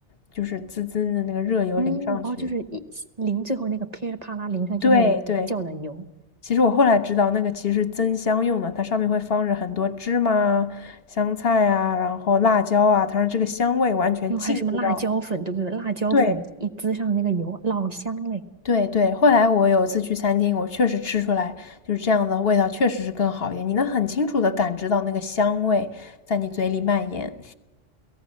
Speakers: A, on the left; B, on the right.
A: 就是滋滋的那个热油淋上去。
B: 嗯，哦，就是一淋最后那个噼里啪啦淋上去会叫的油，
A: 对对，其实我后来知道那个其实是增香用的，它上面会放着很多芝麻啊香菜啊，然后辣椒啊，它让这个香味完全进入到，
B: 然后还有什么辣椒粉，对不对？辣椒粉一滋上那个油，
A: 对
B: 老香嘞。
A: 对对，后来我有一次去餐厅，我确实吃出来就是这样的味道，确实是更好一点。你能很清楚的感知到那个香味在你嘴里蔓延。